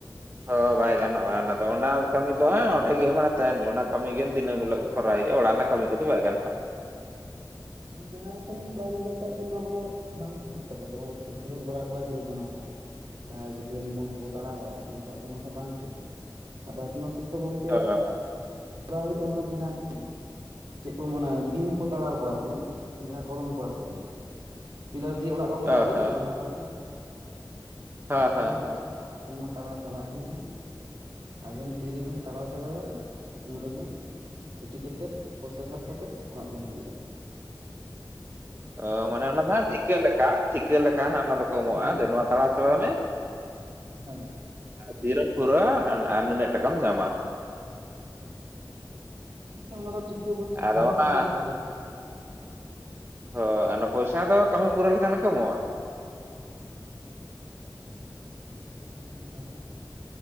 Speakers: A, on the right (about 30°); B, on the right (about 70°).
A: ᱚ ᱵᱟᱭ
B: ᱛᱟᱦᱚᱞᱮ
A: ᱜᱟᱱᱚᱜᱼᱟ
B: ᱱᱚᱣᱟ ᱠᱚᱫᱚ
A: ᱚᱱᱟ ᱫᱚ ᱚᱱᱟ
B: ᱦᱮᱸ ᱦᱮᱸ
A: ᱠᱟᱹᱢᱤ ᱫᱚ ᱚᱸᱰᱮ ᱜᱮ ᱢᱟᱱᱮ ᱛᱟᱦᱮᱱ ᱚᱱᱟ ᱠᱟᱹᱢᱤ ᱜᱮ ᱫᱤᱱᱟᱹᱢ ᱦᱤᱞᱳᱜ ᱜᱮ ᱠᱚᱨᱟᱣ
B: ᱟᱨ
A: ᱦᱩᱭᱩᱜᱼᱟ ᱚᱲᱟᱜ ᱨᱮᱭᱟᱜ ᱠᱟᱹᱢᱤ ᱠᱚᱫᱚ ᱵᱟᱭ ᱜᱟᱱᱚᱜᱼᱟ
B: ᱡᱮᱱᱟᱨᱮᱥᱚᱱ ᱠᱚᱲᱟ ᱜᱤᱫᱽᱨᱟᱹ ᱠᱚᱣᱟᱜ ᱫᱚ ᱱᱚᱣᱟ ᱠᱚᱫᱚ ᱵᱟᱝ ᱠᱩᱥᱤᱜ ᱛᱚᱵᱮ ᱫᱚ <unintelligible> ᱠᱷᱮᱞᱳᱰ ᱵᱟᱲᱟ ᱠᱚᱲᱟ ᱜᱤᱫᱽᱨᱟᱹ ᱠᱟᱱᱟ ᱠᱚ᱾ ᱡᱟᱦᱟᱸᱭ ᱵᱤᱴᱮᱞ ᱢᱚᱞ ᱠᱚ ᱫᱟᱬᱟ ᱵᱟᱲᱟᱭᱟ ᱩᱱᱠᱩᱣᱟᱜ ᱫᱚ ᱚᱱᱟ ᱫᱚ ᱵᱟᱝ ᱠᱩᱥᱤᱭᱟᱹᱜ, ᱟᱫᱚ ᱟᱯᱱᱟᱨ ᱥᱚᱵ ᱫᱚ ᱜᱚᱝ
A: <unintelligible>
B: ᱠᱚᱨᱟᱣ ᱦᱩᱭᱩᱜᱼᱟ ᱚᱱᱮ ᱡᱟᱦᱟᱸ ᱪᱮᱫ ᱠᱚ ᱢᱮᱱᱟ ᱵᱤᱢ ᱠᱚ ᱛᱟᱲᱟᱣ ᱠᱚᱣᱟ ᱟᱨᱠᱤ ᱡᱟᱦᱟᱸ ᱠᱚᱞᱚᱢ ᱠᱚ ᱟᱨᱠᱤ? ᱯᱤᱞᱟᱨ ᱫᱤᱭᱮ ᱚᱲᱟᱜ ᱵᱟᱠᱚ
A: ᱚ
B: ᱵᱩᱡᱩ
A: ᱦᱚᱸ
B: ᱛᱟᱠᱚᱣᱟ ᱡᱟᱦᱟᱸ ᱠᱚ ᱟᱨᱠᱤ <inaudible>
A: ᱦᱚᱸ
B: ᱛᱟᱦᱚᱞᱮ
A: ᱦᱚᱸ
B: ᱚᱱᱟ ᱠᱚ
A: ᱦᱚᱸ
B: <unintelligible> ᱚᱱᱟ ᱛᱟᱲᱟᱣ ᱪᱟᱞᱟᱜ ᱦᱩᱭᱩᱜᱼᱟ ᱟᱵᱮᱱ ᱛᱤᱨᱮᱵᱮᱱ ᱛᱟᱲᱟᱣ ᱪᱟᱵᱟᱭᱟ ᱚᱸᱰᱮ ᱜᱮ ᱦᱩᱴᱤ ᱠᱟᱛᱮᱫ ᱯᱚᱭᱥᱟ ᱥᱟᱵ ᱠᱟᱛᱮᱫ ᱚᱲᱟᱜ ᱫᱚᱢ ᱦᱤᱡᱩᱜᱼᱟ ᱾
A: ᱚ ᱢᱟᱱᱮ ᱚᱱᱟ ᱫᱚ ᱦᱟᱸᱜ ᱴᱷᱤᱠᱟᱹ ᱞᱮᱠᱟ ᱴᱷᱤᱠᱟᱹ ᱞᱮᱠᱟ ᱦᱟᱸᱜ ᱚᱱᱟ ᱫᱚᱠᱚ
B: ᱦᱮᱸ
A: ᱮᱢᱚᱜᱼᱟ ᱡᱮ ᱱᱚᱣᱟ ᱛᱟᱲᱟᱣ ᱪᱟᱵᱟᱭ ᱢᱮ
B: ᱦᱮᱸ
A: ᱛᱤᱨᱮᱢ ᱯᱩᱨᱟᱹᱣᱟ ᱟᱨ ᱱᱤᱱᱟᱹᱜ ᱴᱟᱠᱟᱢ ᱧᱟᱢᱟ
B: ᱦᱩᱸ ᱦᱮᱸ ᱠᱤ ᱚᱱᱟ ᱫᱚ ᱴᱷᱤᱠᱟᱹ ᱵᱚᱞ
A: ᱟᱫᱚ
B: ᱦᱮᱸ
A: ᱚᱱᱟ
B: ᱴᱷᱤᱠᱟᱹ ᱞᱮᱠᱟᱜᱮ
A: ᱦᱳᱭ ᱟᱨ ᱚᱱᱟ ᱯᱚᱭᱥᱟ ᱫᱚ ᱠᱟᱹᱢᱤ ᱯᱩᱨᱟᱹᱣ ᱞᱮᱱᱠᱷᱟᱱ ᱜᱮᱠᱚ ᱮᱢᱚᱜᱼᱟ
B: ᱦᱚᱲ ᱦᱚᱲ ᱵᱮᱱ ᱛᱟᱦᱮᱸ ᱠᱟᱱ